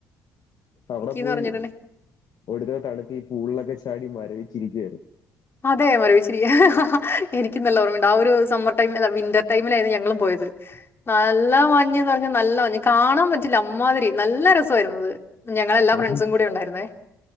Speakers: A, on the left; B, on the left.
A: അവിടെ പോയി.
B: എന്ന് പറഞ്ഞിട്ടുണ്ടെങ്കിൽ
A: ഒടുക്കത്തെ തണുപ്പ് ഈ പൂളില് ഒക്കെ ചാടി മരവിച്ച് ഇരിക്കുക ആണ്.
B: അതെ മരവിച്ചിരിക്ക എനിക്കും നല്ല ഓർമ്മയുണ്ട് ആ ഒരു സമ്മർ ഈ ടൈമ് അല്ല വിന്റർ ടൈമില ഞങ്ങള് പോയത് നല്ല മഞ്ഞും നല്ല മഞ്ഞ് നല്ല മഞ്ഞ് കാണാൻ പറ്റില്ല അമാതിരി നല്ല രസ സോയിരിന്നു ഞങ്ങള എല്ലാ ഫ്രണ്ട്സും
A: ആഹ്
B: കൂടി ഉണ്ടായിരുന്നേ